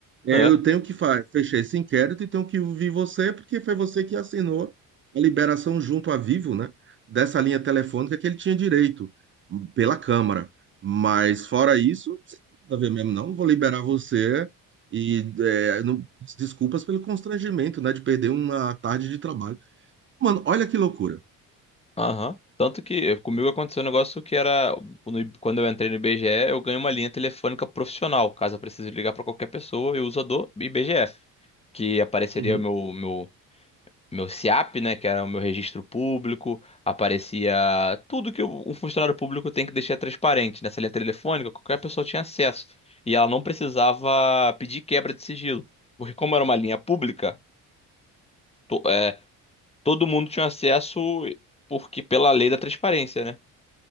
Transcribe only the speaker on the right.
É,
eu tenho que fa- fechar esse inquérito e tenho que ouvir você, porque foi você que assinou a liberação junto à Vivo, né? Dessa linha telefônica que ele tinha direito pela Câmara. Mas fora isso, você não tem nada a ver mesmo, não. Vou liberar você e é, não- desculpas pelo constrangimento, né? De perder uma tarde de trabalho. Mano, olha que loucura.
Uhum,